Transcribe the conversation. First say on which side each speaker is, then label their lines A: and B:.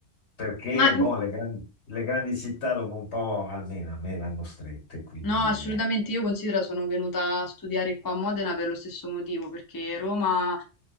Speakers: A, on the left; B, on the left.
A: Perché,
B: Ma
A: boh,
B: mm,
A: le gran- le grandi città dopo un po', almeno a me, vanno strette, quindi...
B: no, assolutamente
A: eh.
B: io considero sono venuta a studiare qua a Modena per lo stesso motivo, perché Roma